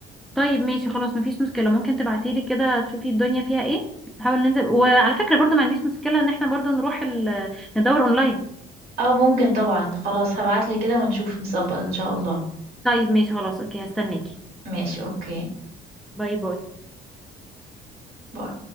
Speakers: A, in the centre; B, on the right.
A: طيب ماشي خلاص مفيش مشكله ممكن تبعتيلي كده تشوفي الدنيا فيها ايه نحاول ننزل وعلى فكره برضو ما عنديش مشكله ان احنا برضو نروح ال... ندور اونلاين
B: اه ممكن طبعا خلاص هبعتلك كده ونشوف نظبط ان شاء الله
A: طيب ماشي خلاص اوكي هستناكي
B: ماشي اوكي
A: باي باي
B: باي.